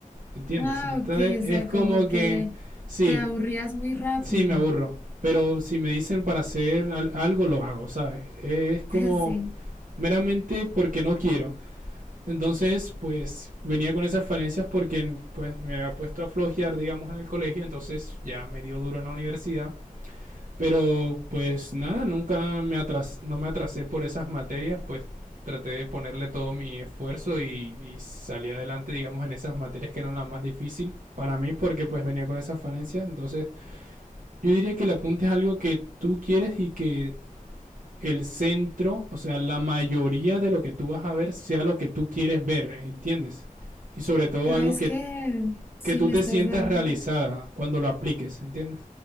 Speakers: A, on the right (about 70°); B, on the left (about 15°).
A: ¿entiendes?
B: Ah,
A: Entonces
B: ok, o sea,
A: es como
B: como
A: que
B: que
A: sí,
B: te aburrías muy rápido.
A: sí me aburro, pero si me dicen para hacer algo lo hago, ¿sabes? Es como
B: <laughs> Sí,
A: meramente porque no quiero entonces, pues venía con esas falencias porque pues me había puesto a flojear, digamos, en el colegio, entonces ya me dio duro en la universidad, pero pues nada, nunca me atras no me atrasé por esas materias, pues traté de ponerle todo mi esfuerzo y, y salí adelante, digamos, en esas materias que eran las más difíciles para mí porque pues venía con esas falencias, entonces yo diría que el apunte es algo que tú quieres y que el centro, o sea, la mayoría de lo que tú vas a ver sea lo que tú quieres ver, ¿entiendes? Y sobre todo
B: ¿sabes
A: algo que,
B: qué? Sí,
A: que tú
B: me
A: te
B: estás
A: sientas
B: dando
A: realizada cuando lo apliques, ¿entiendes?